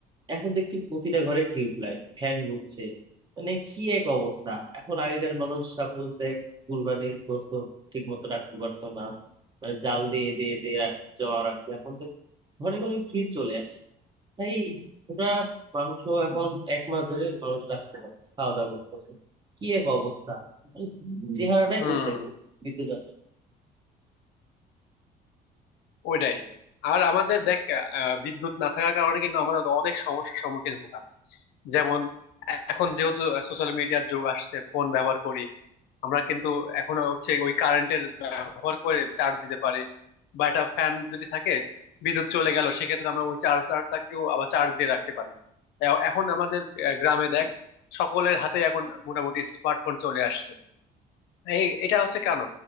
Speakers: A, on the right; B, on the left.
A: এখন দেখছি প্রতিটা ঘরে টিউবলাইট ফ্যান ঘুরছে মানে কি এক অবস্থা এখন আগেকার মানুষ সাপোজ দেখ কুরবানির গোশত ঠিক মতো রাখতে পারতো না মানে জাল দিয়ে দিয়ে দিয়ে রাখ- জমা রাখতো এখন তো ঘরে ঘরে ফ্রিজ চলে আসছে তাই ওরা মাংস এখন এক মাস ধরে মানুষ রাখতে পারছে খাওয়া দাওয়া করতেছে কি এক অবস্থা মানে চেহারাটাই
B: হুম
A: বলতে বিদ্যুৎ
B: ওইটাই আর আমাদের দেখ আহ, বিদ্যুৎ না থাকার কারণে কিন্তু আমরা অনেক সমস্যার সম্মুখীন হতাম যেমন এখন যেহেতু সোশ্যাল মিডিয়ার যুগ আসছে ফোন ব্যবহার করি আমরা কিন্তু এখন হচ্ছে ওই কারেন্টের ব্যবহার করে চার্জ দিতে পারি বা একটা ফ্যান যদি থাকে বিদ্যুৎ চলে গেল সেক্ষেত্রে আমরা ওই চার্জারটাকেও আবার চার্জ দিয়ে রাখতে পারি এ- এখন আমাদের আহ, গ্রামে দেখ সকলের হাতে এখন মোটামুটি স্মার্টফোন চলে আসছে এই এটা হচ্ছে কেন